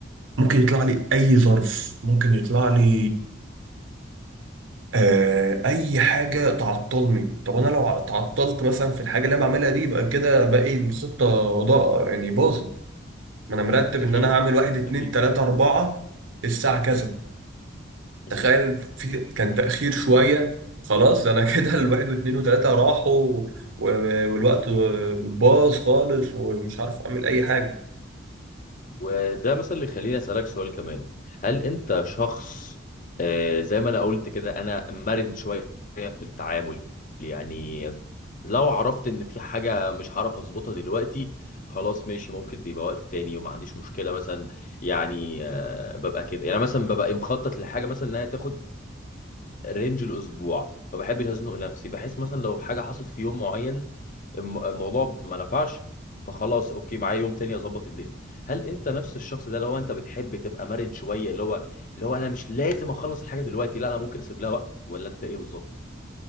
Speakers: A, on the right; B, on the left.
A: ممكن يطلع لي اي ظرف ممكن يطلع لي آه اي حاجه تعطلني طب انا لو تعطلت مثلا في الحاجه اللي انا بعملها دي يبقى كده باقي الخطه ضاع يعني باظت ما انا مرتب
B: اكيد
A: ان انا هعمل واحد اتنين
B: اكيد
A: تلاته اربعه الساعه كذا
B: امم امم.
A: تخيل في كان تاخير شويه خلاص ده انا <laughs> كده الواحد واتنين وتلاته راحوا و- والوقت باظ خالص ومش عارف اعمل اي حاجه
B: وده مثلا اللي يخليني اسالك سؤال كمان هل انت شخص آه، زي ما انا قلت كده انا مرن شويه في التعامل يعني لو عرفت ان في حاجه مش هعرف اظبطها دلوقتي خلاص ماشي ممكن يبقى وقت تاني وما عنديش مشكله مثلا يعني آه، ببقى كده يعني مثلا ببقى مخطط لحاجه مثلا انها تاخد رينج الاسبوع ما بحبش ازنق نفسي بحيث مثلا لو حاجه حصلت في يوم معين الم- الموضوع ما نفعش فخلاص اوكي معايا يوم تاني اظبط الدنيا هل انت نفس الشخص ده اللي هو انت بتحب تبقى مرن شويه اللي هو اللي هو انا مش لازم اخلص الحاجه دلوقتي لا انا ممكن اسيب لها وقت ولا انت ايه بالظبط